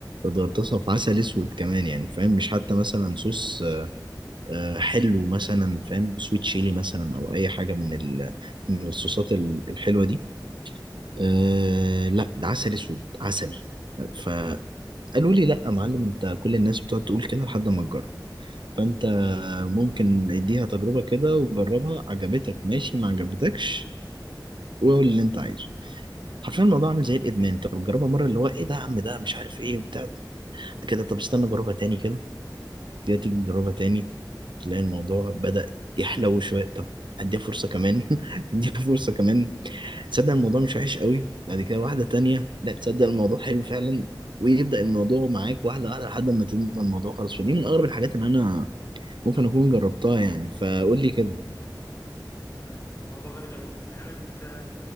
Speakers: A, on the right; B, on the left.
A: بتغطسها في عسل اسود كمان يعني فاهم مش حتى مثلا صوص آه، حلو مثلا فاهم سويت شيلي مثلا او اي حاجه من ال... من الصوصات ال- الحلوه دي أه لا ده عسل اسود عسل فقالوا لي لا يا معلم انت كل الناس بتقعد تقول كده لحد ما تجرب فانت ممكن اديها تجربه كده وجربها عجبتك ماشي ما عجبتكش وقول اللي انت عايزه حرفيا الموضوع عامل زي الادمان انت بتجربها مره اللي هو ايه ده يا عم ده مش عارف ايه وبتاع كده طب استنى جربها تاني كده كده تيجي تجربها تاني تلاقي الموضوع بدأ يحلو شوية طب اديها فرصة كمان <laughs> اديها فرصة كمان تصدق الموضوع مش وحش قوي بعد كده واحدة تانية لا تصدق الموضوع حلو فعلا ويبدأ الموضوع معاك واحدة واحدة لحد ما تنمى الموضوع خالص فدي من أغرب الحاجات اللي أنا ممكن أكون جربتها يعني فقول لي كده
B: ده ده موضوع غريب قوي يعني انا كنت آه،